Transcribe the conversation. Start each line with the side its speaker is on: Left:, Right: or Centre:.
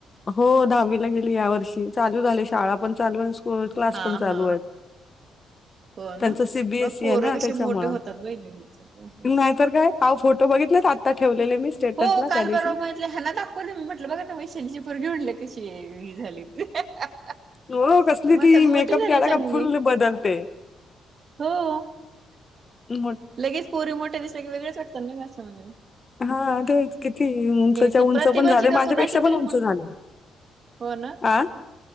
Left: हो दहावीला गेली या वर्षी चालू झाली शाळा पण चालू आणि सु होय क्लास
Right: हा
Left: पण चालू
Right: हा
Left: आहेत.
Right: हो
Left: त्यांच
Right: ना
Left: सीबीएसई
Right: बघ पोरं
Left: आहे ना
Right: कसे
Left: त्याच्यामुळं.
Right: मोठे होतात बाई लगेच असं
Left: नाही तर काय हा फोटो बघितले आत्ता ठेवलेले मी. स्टेटसला
Right: हो काल
Left: त्या दिवशी.
Right: परवा बघितले. ह्यांना दाखवले मी म्हटलं बघा ना वैशालीची पोरगी म्हणलं कशी ही झाली. <unintelligible>
Left: नो नो कसली
Right: म्हणतात
Left: ती
Right: मोठी
Left: मेकअप
Right: झाली
Left: केला
Right: चांगली
Left: का फुल बदलते.
Right: <inaudible> हो.
Left: मो
Right: लगेच पोरी मोठ्या दिसल्या कि वेगळच वाटत ना मी असं म्हणाले.
Left: हा तेच. किती उंचच्या
Right: ती
Left: उंच
Right: प्रतिभाची
Left: पण झाल्या
Right: का
Left: माझ्यापेक्षा
Right: कुणाची तरी
Left: पण उंच
Right: मुलगी
Left: झाल्या.
Right: हो ना
Left: आ